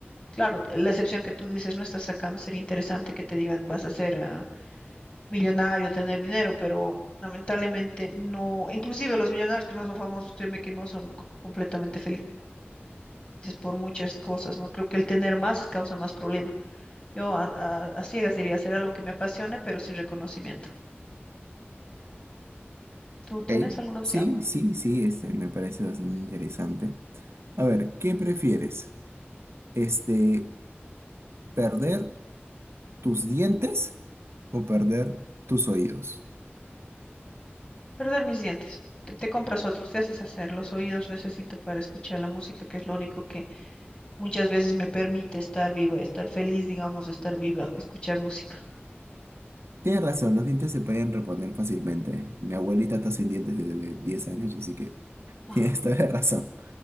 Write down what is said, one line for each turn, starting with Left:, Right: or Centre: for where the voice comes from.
Left: claro, la excepción que tú dices no estás sacando, sería interesante que te digan vas a ser ah, millonario, tener dinero, pero lamentablemente no, inclusive los millonarios que no son famosos, créeme que no son c- completamente felices por muchas cosas, ¿no? Creo que el tener más es causa más problema. Yo a, a- a ciegas diría hacer algo que me apasione, pero sin reconocimiento. ¿Tú tienes
Right: ¿Eh?
Left: alguna opción?
Right: Sí, sí, sí, este me parece bastante interesante. A ver, ¿qué prefieres? Este, ¿perder tus dientes o perder tus oídos?
Left: Perder mis dientes. Te, te compras otros, te haces hacer. Los oídos necesito para escuchar la música, que es lo único que Muchas veces me permite estar viva, estar feliz, digamos, estar viva, escuchar música.
Right: Tienes razón, los dientes se pueden reponer fácilmente. Mi abuelita está sin dientes desde 10 años, así que <laughs>
Left: Wow.
Right: tienes toda la razón.